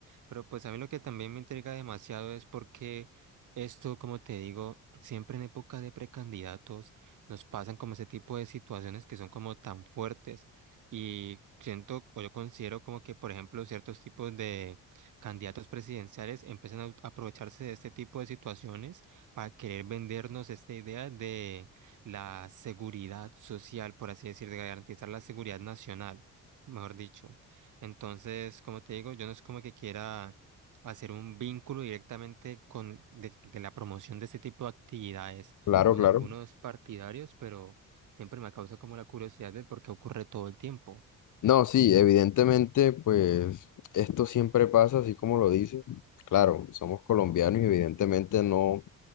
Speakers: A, on the right (about 70°); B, on the left (about 70°).
A: Pero pues a mí lo que también me intriga demasiado es porque esto, como te digo, siempre en época de precandidatos nos pasan como ese tipo de situaciones que son como tan fuertes y siento o yo considero como que, por ejemplo, ciertos tipos de candidatos presidenciales empiezan a ut- a aprovecharse de este tipo de situaciones para querer vendernos esta idea de la seguridad social, por así decir, de garantizar la seguridad nacional, mejor dicho. Entonces, como te digo, yo no es como que quiera hacer un vínculo directamente con de, de la promoción de este tipo de actividades
B: Claro,
A: con
B: claro.
A: algunos partidarios, pero siempre me causa como la curiosidad de por qué ocurre todo el tiempo.
B: No, sí, evidentemente, pues esto siempre pasa, así como lo dice. Claro, somos colombianos y evidentemente no,